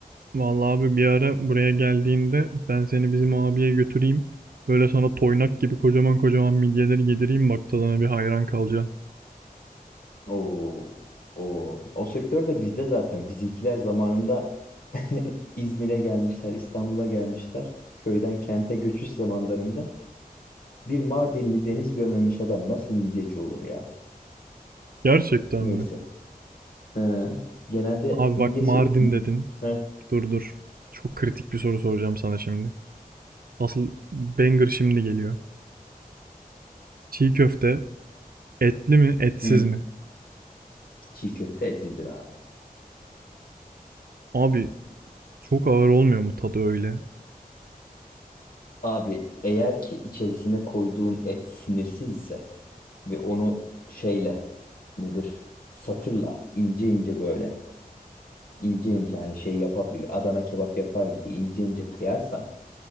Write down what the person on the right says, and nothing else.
Vallahi abi bir ara buraya geldiğinde ben seni bizim abiye götüreyim. Böyle sana toynak gibi kocaman kocaman midyeleri yedireyim bak tadına bir hayran kalacaksın.
Gerçekten
mi?
Abi
bak Mardin
dedin.
Dur dur. Çok kritik bir soru soracağım sana şimdi. Asıl banger şimdi geliyor. Çiğ köfte etli mi etsiz
mi?
Abi çok ağır olmuyor mu tadı öyle?